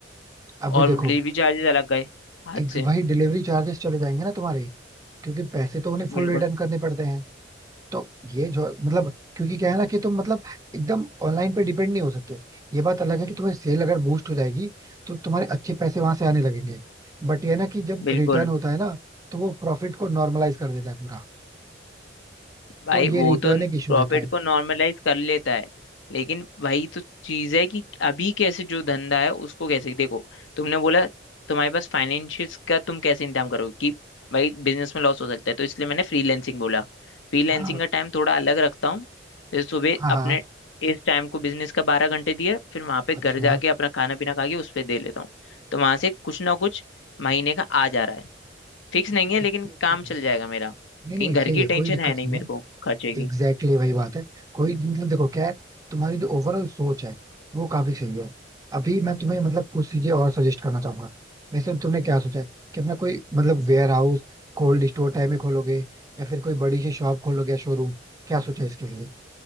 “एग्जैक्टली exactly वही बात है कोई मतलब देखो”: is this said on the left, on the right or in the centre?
Right